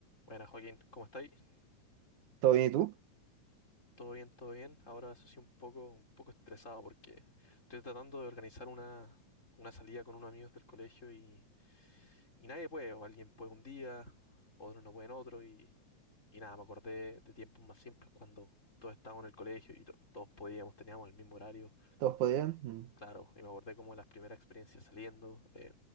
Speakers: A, on the left; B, on the right.
A: Buenas, Joaquín, ¿cómo estáis?
B: ¿Todo bien y tú?
A: ¿Todo bien, todo bien? Ahora eso sí un poco, un poco estresado porque estoy tratando de organizar una, una salida con unos amigos del colegio y, y nadie puede, o alguien puede un día, otros no pueden otro y, y nada, me acordé de tiempos más simples cuando todos estábamos en el colegio y to- todos podíamos, teníamos el mismo horario,
B: ¿Todos podían? Mm.
A: claro, y me acordé como de las primeras experiencias saliendo, eh,